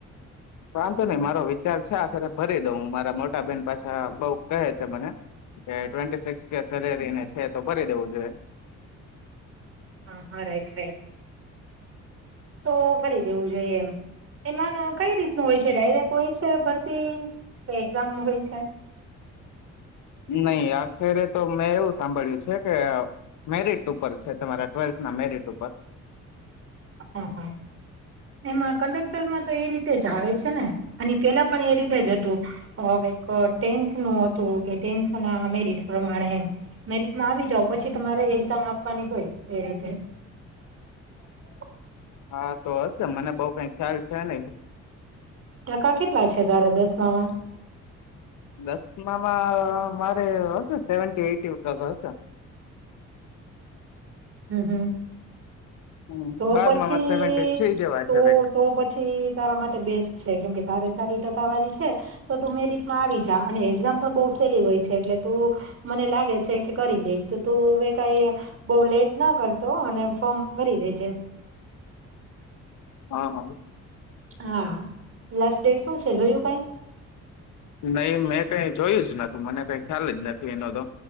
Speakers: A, on the left; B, on the right.
A: વાધો નહી મારો - વિચાર છે આખરે ભરી દઉં મારા મોટા બેેન પાછા બ કહે છે મને કે ટવ સેલેરીને છે તો ભરી દવું જોઈ
B: હા હા રઈટ રઈટ તો ફરી દેવું જોઈએ એમ એમાં કઈ રીતનું હોય છે ડાયરેક્ટ હોય છે ભરતી એક્ઝામ હોય કય અચ છેા
A: નહી આખરે તો મેં એવું સાંભળ્યું છે કે મેરિટ ઉપર છે તમારા ટ્વેલ્થ ના મેરિટ ઉપર
B: હા હા, એમાં કંડક્ટરમાં તો એ રીતે જ આવે છે ને. અને પેલા પણ એ રીતે જ ટેથ ન હતું કે ટેન્થ ના મેરટ પ્રમાણે, મે આવી જાવ પછી તમારે એઝામ આપવાની હોય એ રીતે. <inaudible>
A: હા તો હશે મને બઉ કઈ ખ્યાલ છે નહી.
B: ટકા કેટલા છે તારે દસમામાં?
A: દસમામાં મારે હશે સેવી એટી હશે.
B: હ હમ.
A: હમ
B: તો
A: બારમામાં
B: પછી
A: સેવન્ટી થ્રી જેવા
B: તો
A: છે કઈક
B: તો પછી તારા માટે બેસ્ટ છે કેમકે તારે સારી ટકાવારી છે. તો તું મેરિટમાં આવી જા અને એક્ઝામ પણ બઉ સેલી હોય છે એટલે તું, મને લાગે છે કે કરી લઈશ તો તું હવે કઈ બઉ લેટ ના કરતો અને ફોર્મ ભરી દે.
A: હા હા.
B: હા લાસ્ટ ડેટ શું છે જોયું કઈ?
A: નહી મેં કઈ જોયું જ નથી મને કઈ ખ્યાલ જ નથી એનો તો.